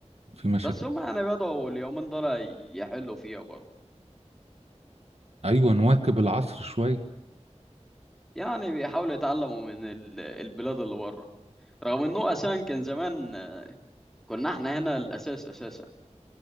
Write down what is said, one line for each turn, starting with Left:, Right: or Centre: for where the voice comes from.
Right: في مشاكل
Centre: بس هم يعني بدأوا اليومين دول يحلوا فيها برضه
Right: ايوه نواكب العصر شويه
Centre: يعني بيحاولوا يتعلموا من ال- البلاد اللي بره رغم انه اساسا كان زمان كنا احنا هنا الاساس اساسا